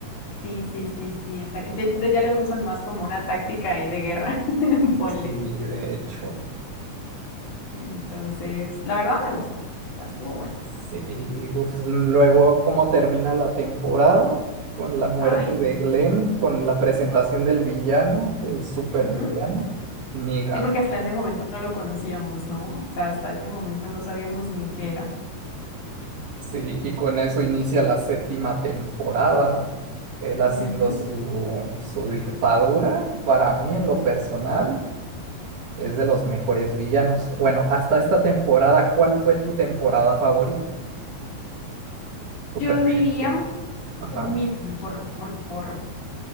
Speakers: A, on the left; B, on the right.
A: Sí, sí, sí, sí, exacto. De hecho, de- ya lo usan más como una táctica ahí de guerra, <laughs> ponle.
B: Sí, de hecho.
A: Entonces, la verdad me gustó. O sea, estuvo bueno.
B: Sí, uf, luego, ¿cómo termina la temporada? Con la muerte
A: Ay,
B: de
A: no.
B: Glenn, con la presentación
A: no.
B: del villano, el supervillano,
A: Ujú.
B: Negan.
A: Sí, porque hasta ese momento no lo conocíamos, ¿no? O sea, hasta ese momento no sabíamos ni qué era.
B: Sí, y con eso inicia la séptima temporada, él haciendo
A: Ujú.
B: su, su dictadura. Para mí, en lo personal, es de los mejores villanos. Bueno, hasta esta temporada, ¿cuál fue tu temporada favorita? ¿Tu
A: Yo
B: preferencia?
A: diría.
B: Ajá.
A: Mi, por, por, por,